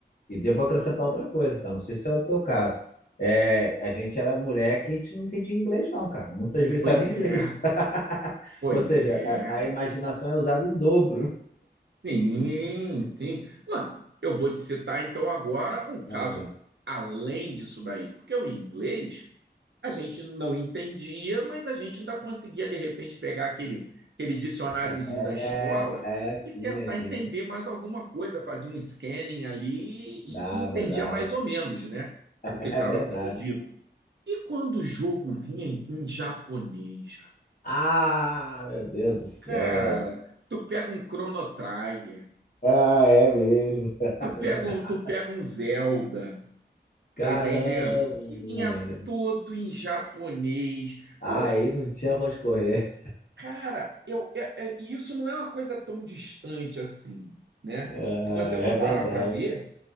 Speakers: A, on the left (about 50°); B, on the right (about 75°).
A: e devo acrescentar outra coisa, tá? Não sei se é o teu caso. É, a gente era mulher que a gente não entendia inglês, não, cara. Muitas vezes
B: Pois
A: estava em
B: é,
A: inglês. <laughs>
B: pois
A: Ou seja,
B: é.
A: a, a imaginação é usada em dobro.
B: Sim, sim. Ué, eu vou te citar então agora um caso
A: <laughs>
B: além disso daí, porque o inglês A gente não entendia, mas a gente ainda conseguia, de repente, pegar aquele, aquele dicionáriozinho
A: Ah,
B: da escola
A: é, é, tinha,
B: e tentar
A: tinha.
B: entender mais alguma coisa, fazer um scanning ali
A: Dava,
B: e, e entendia
A: dava.
B: mais ou menos né,
A: <laughs>
B: o que estava
A: É verdade.
B: sendo dito. E quando o jogo vinha em, em japonês,
A: Ah, meu Deus do céu.
B: cara, tu pega um Chrono Trigger,
A: Ah, é mesmo. <laughs>
B: tu pega
A: Verdade.
B: um, tu pega um Zelda,
A: Caramba,
B: tá entendendo? Que vinha
A: mano.
B: todo em japonês.
A: Aí
B: Pô,
A: não tinha pra onde correr.
B: Cara, eu, é- é- e isso não é uma coisa tão distante assim, né?
A: <laughs> É,
B: Se você for
A: é verdade.
B: parar para ver,